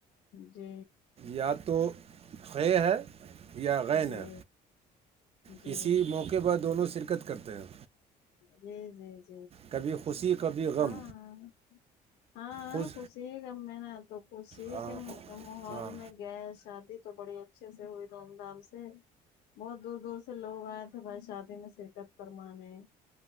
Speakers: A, on the left (about 85°); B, on the right (about 35°).
A: جی
B: یا تو خے ہے یا غین
A: جی
B: ہے
A: جی
B: کسی موقع پر دونوں شرکت کرتے ہیں
A: جی جی جی
B: کبھی خوشی کبھی غم
A: ہاں ہاں
B: خوش
A: خوشی کا میں نےا تو خوشی
B: ہاں
A: کے ماحول
B: ہاں
A: میں گئے شادی تو بڑی اچھے سے ہوئی دھوم دھام سے بہت دور دور سے لوگ آئے تھے بھائی شادی میں شرکت کرمانے